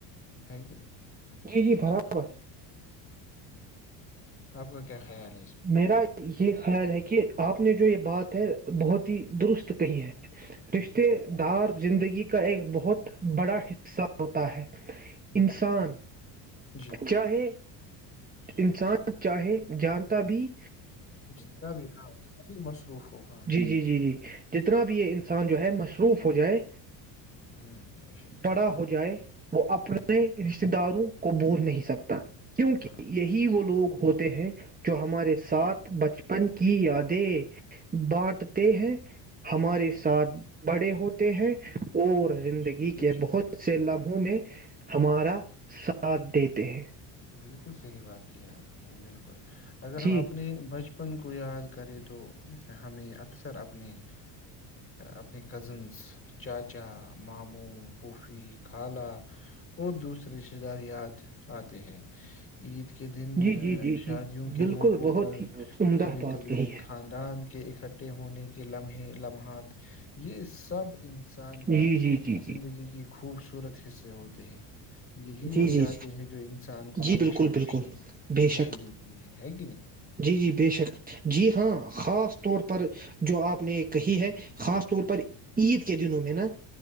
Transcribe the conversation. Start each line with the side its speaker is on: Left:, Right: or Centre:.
Left: ہے کہ نہیں
Right: جی جی برابر
Left: آپ کا کیا خیال ہے اس
Right: میرا یہ خیال ہے کہ آپ نے جو یہ بات ہے بہت ہی درست کہی ہے
Left: میں
Right: رشتے
Left: ہوں،
Right: دار زندگی کا ایک بہت بڑا حصہ ہوتا ہے
Left: ہوں۔
Right: انسان
Left: جی
Right: چاہے انسان چاہے جان تبھی
Left: جتنا بھی ہاں سی مصروف ہو ہاں
Right: جی جی جی جی جتنا بھی یہ انسان جو ہے مصروف ہو جائے
Left: ہوں بے شک
Right: بڑا ہو جائے وہ اپنے
Left: ہوں
Right: رشتے داروں کو بول نہیں سکتا کیونکہ
Left: ہاں
Right: یہی وہ لوگ ہوتے تے ہیں جو ہمارے ساتھ بچپن ن کی یادیں بانٹتے ہیں ہمارے ساتھ بڑے ہوتے ہیں اور
Left: بے
Right: زندگی کے
Left: شک
Right: بہت سے لبھوں میں ہمارا ساتھ دیتے ہیں
Left: بالکل صحیح بات کیا آپ نے بالکل اگر ہم
Right: جی
Left: اپنے بچپن بچپن کو یاد کرے تو ہمیں اکثر اپنے اپنے کزنس چاچا ماموں پھوفی خالہ اور دوسرے رشتےہ دار یاد آتے ہیں عید کی کے دن
Right: جی جی جی
Left: شادیوں
Right: جی
Left: کے
Right: بالکل
Left: موقعوں
Right: بہت
Left: پر
Right: ہی عمدہ
Left: کبھی
Right: بات
Left: کبھی
Right: کہی ہے
Left: خاندان کے اکٹھے ہونے کے لمحے لمحات یہ سب انسان
Right: جی
Left: کی
Right: جی جی
Left: زندگی
Right: جی
Left: کی خوبصورت حصے ہوتے ہیں یہی
Right: جی
Left: وہ
Right: جی
Left: یادیں
Right: جی
Left: ہیں جو چان تو
Right: جی
Left: ہمیشہ
Right: بالکل بالکل
Left: خوشی
Right: بے
Left: خوشی
Right: شک
Left: دیتی ہے ہے کہ نہیں
Right: جی جی بے شک جی ہاں خاص طور پر جو آپ نے کہی ہے خاص طور پر عید کے دنوں میں نا